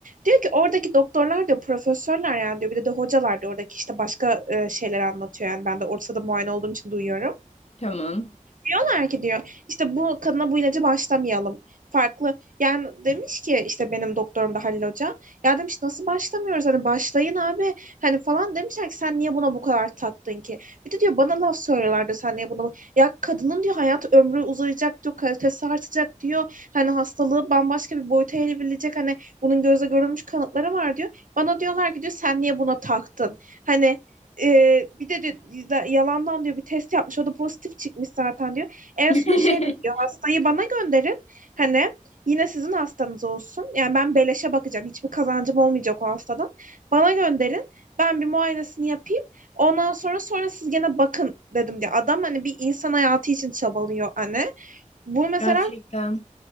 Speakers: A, on the right (about 75°); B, on the left (about 50°).
A: Diyor ki oradaki doktorlar diyor, profesörler yani diyor. Bir de, de hocalar diyor. Oradaki işte başka e, şeyler anlatıyor. Yani ben de ortada muayene olduğum için duyuyorum.
B: Tamam.
A: Diyorlar ki diyor işte bu kadına bu ilacı başlamayalım. Farklı yani demiş ki işte benim doktorum da Halil Hoca. Ya demiş nasıl başlamıyoruz hani başlayın abi hani falan demişler ki sen niye buna bu kadar taktın ki? Bir de diyor bana laf söylüyorlardı sen niye buna bu-" Ya kadının diyor hayat ömrü uzayacak diyor kalitesi artacak diyor. Hani hastalığı bambaşka bir boyuta evrilecek hani bunun gözle görülmüş kanıtları var diyor. Bana diyorlar ki diyor sen niye buna taktın? Hani ee, bir de, diyor, yalandan diyor bir test yapmış. O da pozitif çıkmış zaten diyor. En
B: <laughs>
A: son şey de diyor hastayı bana gönderin. Hani yine sizin hastanız olsun. Yani ben beleşe bakacağım. Hiçbir kazancım olmayacak o hastadan. Bana gönderin. Ben bir muayenesini yapayım. Ondan sonra sonra siz gene bakın dedim diye. Adam hani bir insan hayatı için çabalıyor hani. bu mesela
B: Gerçekten.